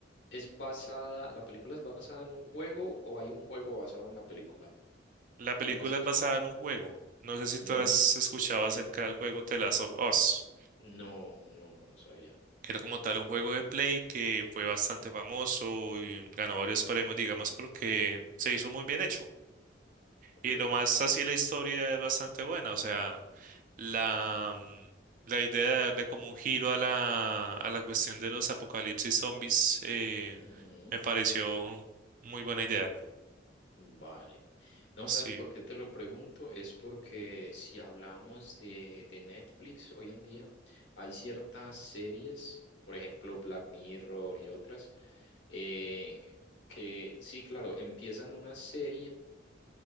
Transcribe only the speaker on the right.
la película
es basada en un juego. No sé si
tú has escuchado acerca del juego The Last of Us,
que era como tal un juego de Play que fue bastante famoso y ganó varios premios, digamos, porque se hizo muy bien hecho.
Y nomás así la historia es bastante buena, o sea, la, mm, la idea de darle como un giro a la, a la cuestión de los apocalipsis zombies eh,
me pareció muy buena idea.
Sí,